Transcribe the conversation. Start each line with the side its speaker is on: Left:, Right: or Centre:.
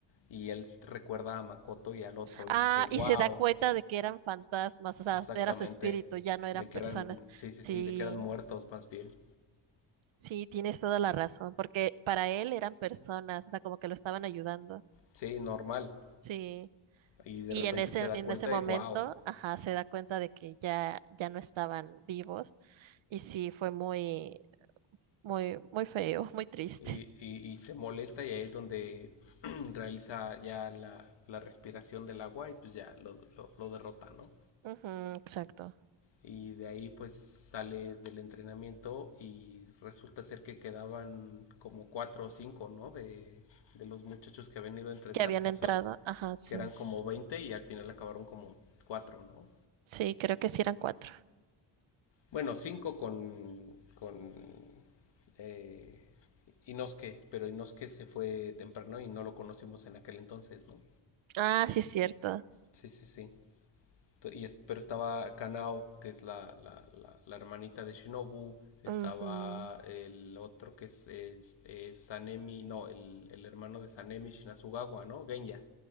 Left: y él s- recuerda a Makoto y al otro
Right: Ah,
Left: y dice, wow,
Right: y se da cuenta de que eran fantasmas, o sea,
Left: exactamente,
Right: era su espíritu, ya no eran
Left: de que
Right: personas.
Left: eran, sí, sí,
Right: Sí.
Left: sí, de que eran muertos más bien,
Right: Sí, tienes toda la razón, porque para él eran personas, o sea, como que lo estaban ayudando.
Left: sí, normal,
Right: Sí.
Left: y de
Right: Y
Left: repente
Right: en ese,
Left: se da
Right: en
Left: cuenta
Right: ese momento,
Left: y wow,
Right: ajá, se da cuenta de que ya, ya no estaban vivos. Y sí, fue muy, muy, muy feo, <laughs> muy triste.
Left: Y, y, y se molesta y ahí es donde <clears throat> <coughs> realiza ya la, la respiración del agua y pues ya lo, lo, lo derrota, ¿no?
Right: Ujú, exacto.
Left: Y de ahí pues sale del entrenamiento y resulta ser que quedaban como cuatro o cinco, ¿no? De, de los muchachos que habían ido a entrenar,
Right: Que habían
Left: que,
Right: entrado,
Left: son,
Right: ajá, sí.
Left: que eran como 20 y al final acabaron como cuatro, ¿no?
Right: Sí, creo que sí eran cuatro.
Left: Bueno, cinco con, con eh, Inosuke, pero Inosuke se fue temprano y no lo conocimos en aquel entonces, ¿no?
Right: Ah, sí, cierto.
Left: Sí, sí, sí. To- Y es- pero estaba Kanao, que es la, la, la, la hermanita de Shinobu. Estaba
Right: Ujú,
Left: el otro que es, es- es Sanemi, no, el, el hermano de Sanemi Shinazugawa, ¿no? Genya.